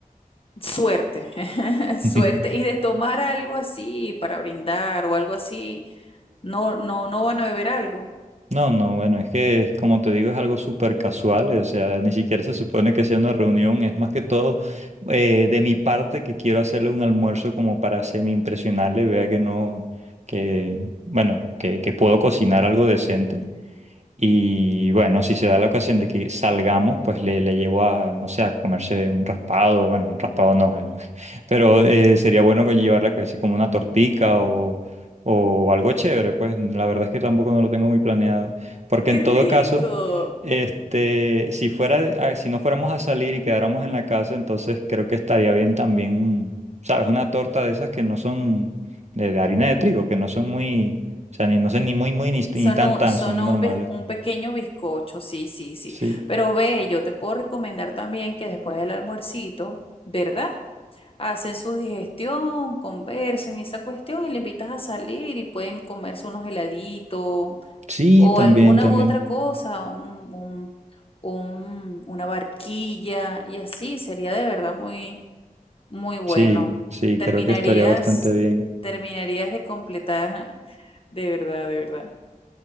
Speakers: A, on the left (about 40°); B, on the right (about 50°).
A: Suerte, <laughs> suerte.
B: <laughs>
A: Y de tomar algo así para brindar o algo así, no, no, no van a beber algo.
B: No, no, bueno, es que es- como te digo es algo súper casual, eh, o sea, ni siquiera se supone que sea una reunión, es más que todo eh, de mi parte que quiero hacerle un almuerzo como para semi-impresionarle, vea que no, que, bueno, que, que puedo cocinar algo decente. Y bueno, si se da la ocasión de que salgamos, pues le, le llevo a, no sé, a comerse un raspado, bueno, un raspado no, eh, <laughs> pero eh, sería bueno que llevarla que sea como una tortica o, o algo chévere, pues la verdad es que tampoco no lo tengo muy planeado, porque
A: ¡Qué
B: en
A: rico!
B: todo caso, este, si fuera, ah, si no fuéramos a salir y quedáramos en la casa, entonces creo que estaría bien también, un- ¿sabes? Una torta de esas que no son de, de harina de trigo, que no son muy, o sea, ni, no sé, ni muy, muy, ni,
A: Son
B: ni tan,
A: un,
B: tan,
A: son
B: son
A: un,
B: normales.
A: bis- un pequeño bizcocho, sí, sí, sí.
B: Sí,
A: Pero ve, yo te puedo recomendar también que después del almuercito, ¿verdad? hacen su digestión, conversan y esa cuestión y le invitas a salir y pueden comerse unos heladitos
B: sí,
A: o
B: también,
A: alguna
B: también.
A: u otra cosa, un, un- un- una barquilla y así sería de verdad muy, muy bueno.
B: Sí, sí,
A: Terminarías,
B: creo que estaría bastante bien.
A: terminarías de completar, <laughs> de verdad, de verdad.